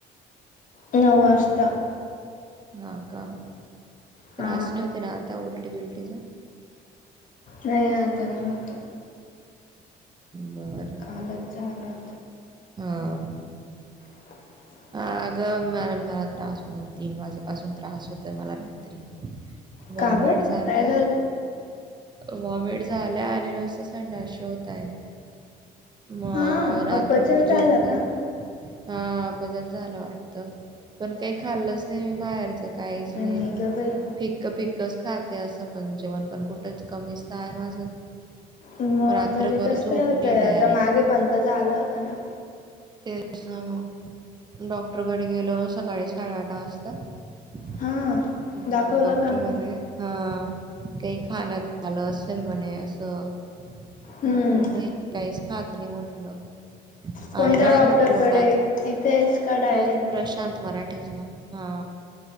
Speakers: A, on the left; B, on the right.
A: नऊ वाजता.
B: हा का त्रास
A: हा
B: नाही होते ना आता उलटी बिलटीचा.
A: नाही आता नाही होत.
B: बरं.
A: अलगचा अलग.
B: हा.
A: ह.
B: ह अगं म मला त्रास होत म तीन वाजेपासून त्रास होत मला रात्री. वॉमिट
A: का बर
B: झालं.
A: काय
B: व्हॉमिट झालं आणि नुस संडाशी होतय. मग
A: हा
B: रात्रभर
A: अपचन झालं
B: झोपले.
A: का
B: हा अपचन झालं वाटतं पण काही खाल्लच नाहीी बाहेरच. स काहीच
A: खरं
B: नाही.
A: ग बाई
B: पिक्क पिक्कच खाते असं पण जेवण पण कुठं कमीच तर आहे माझं.
A: मग
B: रात्रभर
A: तरी कस
B: झोप
A: काय होतंय
B: नाही डायरेक्ट
A: आता मागे पणंत झा आलं होतं ना.
B: ते मग डॉक्टरकडे गेलो सकाळी साडेआठ वाजता. हम्!
A: हा दाखवलं
B: डॉक्टर
A: का मग
B: म्हणे. हा काही खाण्यात आलं असेल म्हणे असं.
A: हम्म
B: म्हटलं नाही काहीस खात्री म्हटलं.
A: कोणत्या
B: आणि ना
A: डॉक्टरकडे
B: अशा पोटात
A: तिथेच का डायरेक्ट
B: तोच प्रशांत मराठेच ना. हा